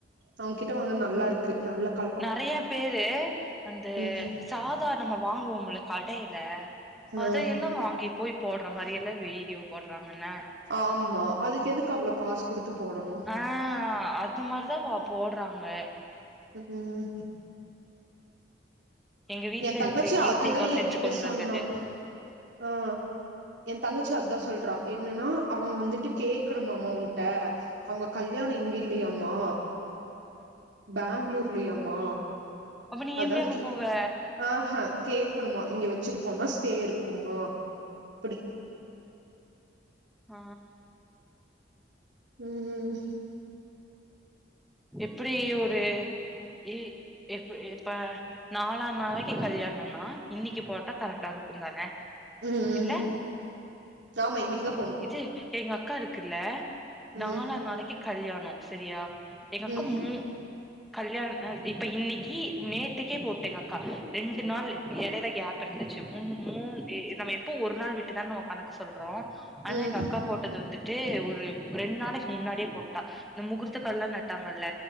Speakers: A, on the right; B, in the centre.
A: அவங்கிட்ட வாங்னது நல்லா இருக்கு நல்லா
B: நெறய பேரு அந்த
A: ம்
B: சாதா நம்ம வாங்குவோம்ல கடையில
A: ஆ
B: அதயெல்லா வாங்கி போய் போடுற மாரி எல்லா வீடியோ போடுறாங்கன்ன
A: ஆமா அதுக்கு எதுக்கு அவ்ளோ காசு குடுத்து போடணு
B: ஆ அது இந்த மாரி தா போடுறாங்க
A: ம்ம்
B: எங்க வீட்ல
A: எ தங்கச்சி
B: இருக்கு கீர்த்திக்கா
A: அதுதா எய
B: செஞ்சு
A: கிட்ட
B: கொண்டு
A: சொன்னா
B: வந்தது
A: ஆ எ தங்கச்சி அதா சொல்றா என்னன்னா அவங்க வந்துட்டு கேட்கணுமாமா உன்ட அவங்க கல்யாணோ இங்க இல்லயாமா பேங்ளூர்லயாமா
B: அப்ப நீ
A: அதா
B: எப்டி அங்க போவ
A: ஆ கேக்கணுமா இங்க வச்சிட்டு போனா ஸ்டே இருக்குமா அப்டி
B: ஆ
A: ம்
B: எப்டி ஒரு இ எப்ப எப்ப நாலாநாளைக்கி கல்யாணோனா இன்னைக்கி போட்டா கரக்டா இருக்குதானே
A: ம்
B: இல்ல
A: ஆமா இன்னைக்கிதா
B: இது எங்க அக்கா இருக்குல்ல
A: ம்
B: நாலாநாளைக்கி கல்யாணோ செரியா எங்க
A: ம்
B: அக்கா மூ கல்யாண அ இப்ப இன்னைக்கி நேத்திக்கே போட்டு எங்க அக்கா ரெண்டு நாள் எடைல கேப் இருந்துச்சு மூ மூண் எ நம்ம எப்போ ஒரு நாள் விட்டுதானா நம்ம கணக்கு சொல்றோ ஆனா
A: ம்
B: எங்க அக்கா போட்டது வந்துட்டு ஒரு ரெண்டு நாளைக்கி முன்னாடியே போட்டா இந்த முகூர்த் த்த கால்லா நட்டாங்கல்ல